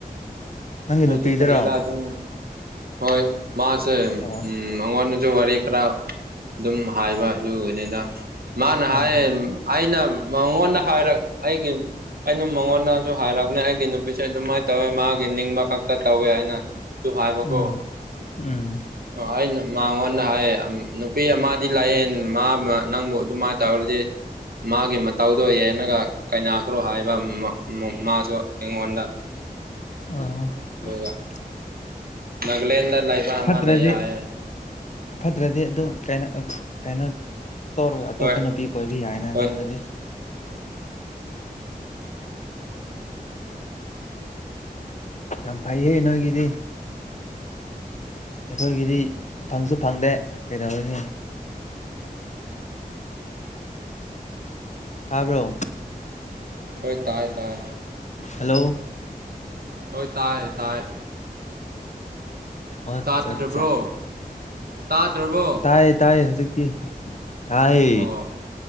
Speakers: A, on the left; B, on the right.
A: ꯅꯪꯒꯤ
B: ꯑꯩꯁꯨ
A: ꯅꯨꯄꯤꯗꯔꯣ
B: ꯀꯔꯤꯔ ꯑꯗꯨꯝ ꯍꯣꯏ ꯃꯥꯁꯦ
A: ꯑꯣ
B: ꯎꯝ ꯃꯉꯣꯟꯗꯖꯨ ꯋꯥꯔꯤ ꯈꯔ ꯑꯗꯨꯝ ꯍꯥꯏꯕ ꯑꯗꯨꯒꯤꯅꯤꯗ ꯃꯥꯅ ꯍꯥꯏꯌꯦ
A: ꯑꯥ
B: ꯑꯩꯅ ꯃꯉꯣꯟꯗ ꯍꯥꯏꯔꯛ ꯑꯩꯒꯤ ꯑꯩꯅ ꯃꯉꯣꯟꯗꯖꯨ ꯍꯥꯏꯔꯛꯄꯅꯦ ꯑꯩꯒꯤ ꯅꯨ ꯄꯤꯁꯦ ꯑꯗꯨꯃꯥꯏꯅ ꯇꯧꯋꯦ ꯃꯥꯒꯤ ꯅꯤꯡꯕ ꯈꯛꯇ ꯇꯧꯋꯦ ꯍꯥꯏꯅ ꯗꯨ ꯍꯥꯏꯕꯀꯣ
A: ꯎꯝ ꯎꯝ
B: ꯑꯩꯅ ꯃꯥꯉꯣꯟꯗ ꯍꯥꯏꯌꯦ ꯑꯝ ꯅꯨꯄꯤ ꯑꯃꯗꯤ ꯂꯩꯌꯦꯟ ꯃꯥꯝꯃ ꯅꯪꯕꯨ ꯑꯗꯨꯃꯥꯏ ꯇꯧꯔꯗꯤ ꯃꯥꯒꯤ ꯃꯇꯧꯗꯣ ꯌꯦꯟꯅꯒ ꯀꯥꯏꯅꯈ꯭ꯔꯣ ꯍꯥꯏꯕ ꯃꯥ ꯃꯥ ꯃꯥꯁꯨ ꯑꯩꯉꯣꯟꯗ
A: ꯑꯥ
B: ꯗꯨꯒ
A: <unintelligible>
B: ꯅꯒꯂꯦꯟꯗ ꯂꯩꯕ ꯑꯃ
A: ꯐꯠꯇ꯭ꯔꯗꯤ
B: ꯂꯩꯌꯦ ꯍꯥꯏꯌꯦ
A: ꯐꯠꯇ꯭ꯔꯗꯤ ꯑꯗꯨꯝ ꯀꯩꯅꯣ ꯀꯩꯅꯣ ꯇꯧꯔꯒ ꯑꯇꯣꯞꯄ
B: ꯍꯣꯏ
A: ꯅꯨꯄꯤ ꯀꯣꯏꯕ ꯌꯥꯏꯅ
B: ꯍꯣꯏ
A: ꯑꯗꯨ ꯑꯣꯏꯗꯤ ꯌꯥꯝ ꯐꯩꯍꯦ ꯅꯣꯏꯒꯤꯗꯤ ꯑꯩꯈꯣꯏꯒꯤꯗꯤ ꯐꯪꯁꯨ ꯐꯪꯗꯦ ꯀꯩꯗꯧꯔꯨꯅꯤ ꯇꯥꯕ꯭ꯔꯣ
B: ꯊꯣꯏ ꯇꯥꯏ ꯇꯥꯏ
A: ꯍꯜꯂꯣ
B: ꯍꯣꯏ ꯇꯥꯏ ꯇꯥꯏ
A: ꯑꯠꯆꯥ
B: ꯇꯥꯗ꯭ꯔꯕ꯭ꯔꯣ
A: ꯆꯥ
B: ꯇꯥꯗ꯭ꯔꯕꯣ
A: ꯇꯥꯏꯌꯦ ꯇꯥꯏꯌꯦ ꯍꯧꯖꯤꯛꯇꯤ ꯇꯥꯏ
B: ꯑꯣ